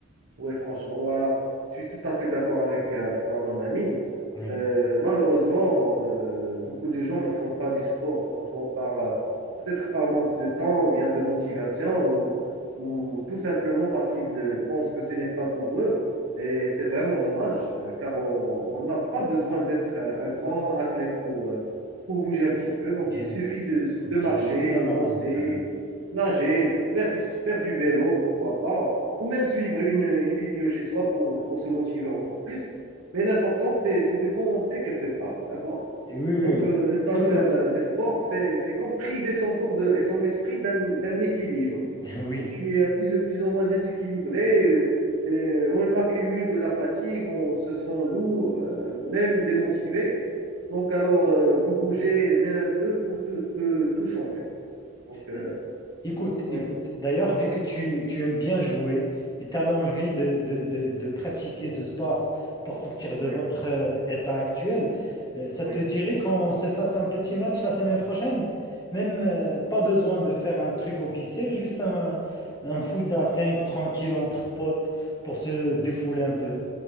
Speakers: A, on the right (about 70°); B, on the left (about 20°).
A: Oui, franchement, ouais, je suis tout à fait d'accord avec, euh, avec toi, mon ami.
B: Oui,
A: Euh, malheureusement, euh, beaucoup de gens ne font pas du sport, franchement, par euh, peut-être par manque de temps ou bien de motivation ou, ou tout simplement parce qu'ils euh, pensent que ce n'est pas pour eux. Et c'est vraiment dommage, euh, car on on n'a pas besoin d'être euh, un grand athlète pour, euh, pour bouger un petit peu. Donc,
B: bien,
A: il suffit de,
B: bien
A: de marcher,
B: évidemment.
A: danser,
B: bien- évi-
A: nager, faire du, faire du vélo, pourquoi pas, ou même suivre une, une vidéo chez soi pour, pour se motiver encore plus. Mais l'important, c'est c'est de commencer quelque part, d'accord?
B: Et oui, oui,
A: Donc,
B: oui.
A: euh, ne pas
B: Écoute,
A: faire euh, des sports, c'est c'est comme priver son corps de, et son esprit d'un d'un équilibre.
B: <laughs> oui.
A: Donc, tu es plus, plus ou moins déséquilibré, euh, et on accumule de la fatigue, on se sent lourd, euh, même démotivé. Donc, alors euh, que bouger, même un peu, peut, peut tout changer. Donc, euh,
B: Euh, Écoute,
A: oui,
B: écoute. D'ailleurs, vu que tu, tu aimes bien jouer et tu as l'envie de, de, de, de pratiquer ce sport pour sortir de
A: oui,
B: votre euh, état actuel, euh, ça
A: oui.
B: te dirait qu'on se fasse un petit match la semaine prochaine? Même euh, pas besoin de faire un truc officiel, juste un, un foot à 5 tranquille entre potes pour se défouler un peu.